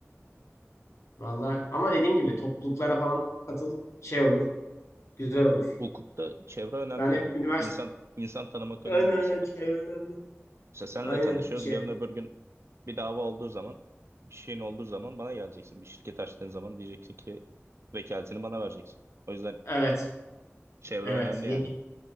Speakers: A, on the left; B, on the right.
A: Vallahi ama dediğim gibi topluluklara falan katıl şey olur. Güzel olur.
B: Hukukta çevre önemli
A: Ben hep
B: ya.
A: üniversite
B: İnsan insan tanımak
A: aynen
B: önemli mesela.
A: aynen çevre önemli.
B: Mesela senle
A: Aynen
B: tanışıyoruz.
A: çevre.
B: Yarın öbür gün bir dava olduğu zaman, bir şeyin olduğu zaman bana geleceksin. Bir şirket açtığın zaman diyeceksin ki vekaletini bana vereceksin. O yüzden
A: Evet.
B: çevre
A: Evet.
B: önemli
A: Yeni
B: yani.